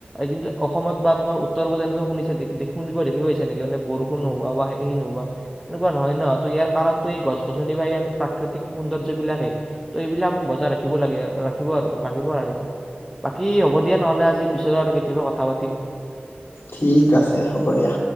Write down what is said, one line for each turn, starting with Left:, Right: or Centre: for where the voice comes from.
Centre: কিন্তু অসমত বা তুমাৰ উত্তৰ পূবত এনেকুৱা শুনিছ দে শুনিব দেখিব পাইছা নেকি মান বৰষুণ নোহোৱা বা হেৰী নোহোৱা এনেকুৱা নহয় ন ত ইয়াৰ কাৰণটো এই গছ গছনি বা এই আমি প্ৰাকৃতিক সৌন্দৰ্য্য বিলাকেই ত' এইবিলাক আমি বজাই ৰাখিব লাগে ৰাখিব আৰু লাগিব আৰু বাকী হ'ব দিয়া নহ'লে আজি পিছলৈ আৰু কেতিয়াবা কথা পাতিম
Left: ঠিক আছে হ'ব দিয়া